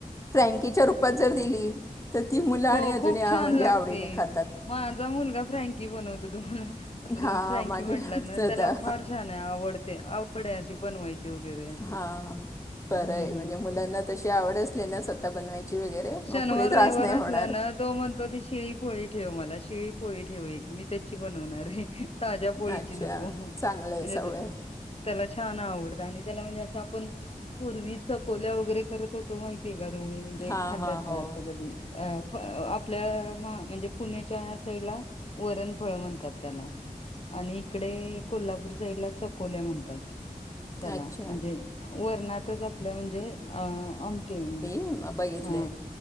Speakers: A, on the left; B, on the left.
A: फ्रँकीच्या रूपांत जरं दिली तरं ती मुलं आणि
B: हो
A: अजूंन
B: खूप
A: यां
B: छान
A: म्हणजे
B: लागते.
A: आवडीनें खातात
B: माझा मुलगा फ्रँकी बनवतो तुम्हांला आता
A: हां
B: तुम्हीं फ्रँकी
A: माझे
B: म्हटलांत ना
A: स्वतः
B: त्याला फार छान आहे आवडते आवड आहे अशी बनवायची. वगैरे असं.
A: हां बरंय
B: हम्म
A: म्हणजे मुलांना तशी आवड असली ना स्वतः बनवायची वगैरे मग
B: शनिवार
A: पुढे त्रास
B: रविवार
A: नाही
B: असला
A: होणार
B: ना तो म्हणतो ती शिळी पोळी ठेव मला शिळी पोळी ठेव एक मीं त्याचीं बनवणार आहे. ताज्या पोळीची
A: अच्छा
B: नको म्हणजे
A: चांगलं आहे सवय
B: त्याला छान आवडतं आणि त्याला म्हणजे आपणं पूर्वी चकोल्या वगैरे करतं होतों माहितीये कां दोघी म्हणजे
A: हां हां हो
B: अं आपल्या म्हणजे पुण्याच्या यां साईडला वरण फळं म्हणतात त्याला आणि इकडे कोल्हापूर साईडला चकोल्या म्हणतात. त्याला
A: अच्छा
B: म्हणजे वरणातच आपलं म्हणजे अं आमटी
A: हं बघितलं
B: हं